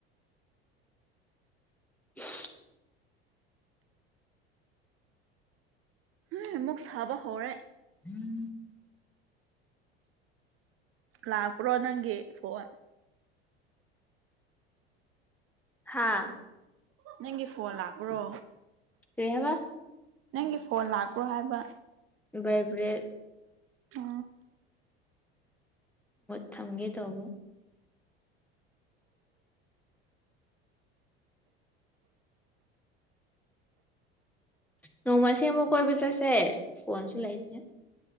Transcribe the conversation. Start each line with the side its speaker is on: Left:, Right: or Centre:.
Centre: <inaudible>
Right: ꯍ ꯃꯛ ꯆꯕ ꯍꯧꯔꯦ
Centre: ꯎꯝ
Right: ꯂꯥꯛꯄ꯭ꯔꯣ ꯅꯪꯒꯤ ꯐꯣꯟ
Centre: ꯍꯥꯥ
Right: ꯅꯪꯒꯤ ꯐꯣꯟ ꯂꯥꯛꯄ꯭ꯔꯣ
Centre: ꯁꯤꯕ
Right: ꯅꯪꯒꯤ ꯐꯣꯟ ꯂꯥꯛꯄ꯭ꯔꯣ ꯍꯥꯏꯕ
Centre: ꯚꯥꯏꯕꯔꯦꯠ
Right: ꯑ
Centre: ꯊꯝꯒꯦ ꯇꯧꯕ ꯅꯣꯡꯃꯁꯤ ꯑꯃꯕꯨ ꯀꯣꯏ ꯖꯥꯁꯦ ꯐꯣꯟ ꯆꯂꯥꯏꯗꯤꯦ